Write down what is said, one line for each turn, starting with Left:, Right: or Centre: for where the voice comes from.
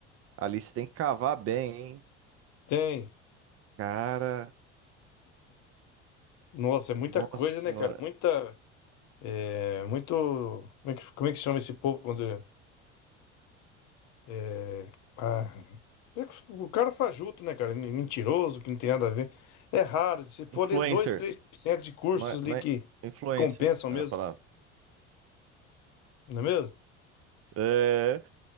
Right: ali você tem que cavar bem, hein?
Left: Tem.
Right: Cara,
Left: Nossa, é muita
Right: nossa
Left: coisa,
Right: senhora.
Left: né, cara? Muita. É muito. Como é que, como é que chama esse povo quando. É, é, ah, é que o cara fajuto, né, cara? Mentiroso, que não tem nada a ver. É raro. Se for
Right: Influencer,
Left: ler dois três por cento de cursos
Right: não é,
Left: ali
Right: não
Left: que,
Right: é- influencer
Left: que compensam
Right: é
Left: mesmo,
Right: a palavra.
Left: não é mesmo?
Right: É,